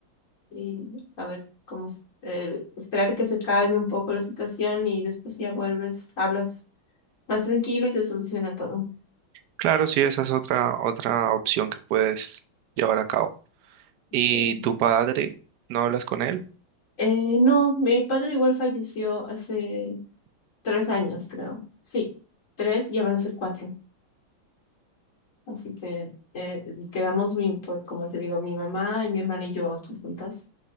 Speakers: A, on the left; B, on the right.
A: y a ver cómo s- eh, esperar que se calme un poco la situación y después ya vuelves, hablas más tranquilo y se soluciona todo.
B: Claro, sí, esa es otra, otra opción que puedes llevar a cabo. ¿Y
A: Sí.
B: tu padre? ¿No hablas con él?
A: Eh, no, mi padre igual falleció hace tres años, creo. Sí, tres, ya van a ser cuatro. Así que eh, quedamos, mi, pues, como te digo, mi mamá y mi hermana y yo aquí juntas.